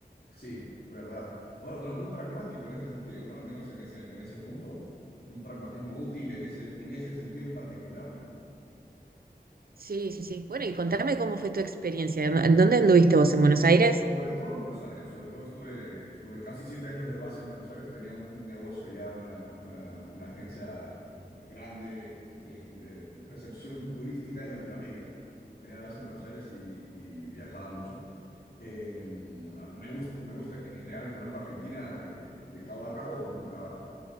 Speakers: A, on the left (about 70°); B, on the right (about 65°).
A: Sí, verdad. Bueno, bueno, muy pragmático en ese sentido, ¿no? Al menos en ese, en ese punto, un pragmatismo útil en ese, en ese sentido en particular, ¿no?
B: Sí, sí, sí. Bueno, y contame cómo fue tu experiencia. ¿En dónde anduviste vos? ¿En Buenos Aires?
A: Sobre todo en Buenos Aires, sobre todo estuve, estuve casi siete años de base en Buenos Aires, tenía un, un negocio allá, una, una, una agencia grande de, de recepción turística en Latinoamérica, tenía la base en Buenos Aires y, y viajaba mucho. Eh, me gusta, me gusta, en general conozco Argentina de, de de cabo a rabo por mi trabajo.